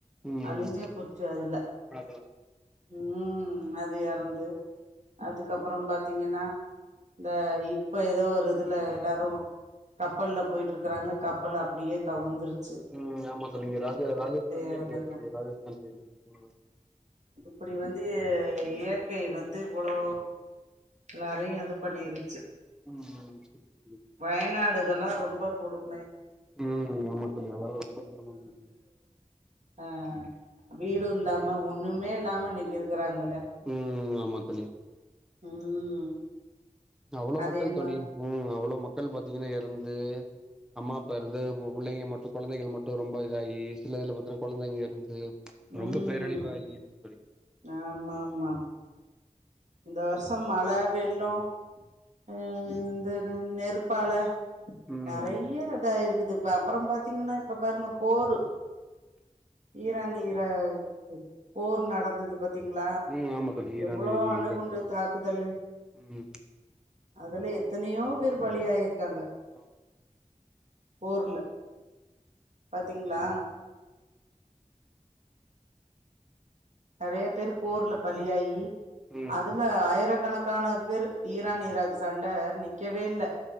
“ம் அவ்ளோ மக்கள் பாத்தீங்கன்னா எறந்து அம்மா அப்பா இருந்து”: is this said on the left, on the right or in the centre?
Centre